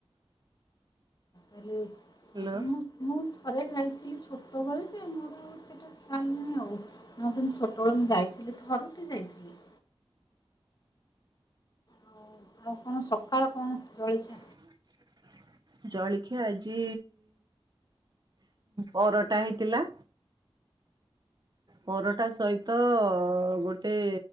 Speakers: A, on the left; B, on the right.
A: ନାଲି
B: ହ୍ୟାଲୋ
A: ହଁ ମୁଁ ମୁଁ ଥରେ ଯାଇଥିଲି ଛୋଟବେଳେ ଯେ ମୋର ଆଉ ସେଟା ଖିଆଲ୍ ନାହିଁ ଆଉ। ନାଁ ତ ମୁଁ ଛୋଟବେଳେ ମୁଁ ଯାଇଥିଲି ଥରୁଟେ ଯାଇଥିଲି। ଆଉ ଆଉ କଣ ସକାଳ କଣ ଜଳିଖିଆ
B: <unintelligible> ଜଳିଖିଆ ଆଜି ପରଟା ହେଇଥିଲା। ପରଟା ସହିତ ଗୋଟେ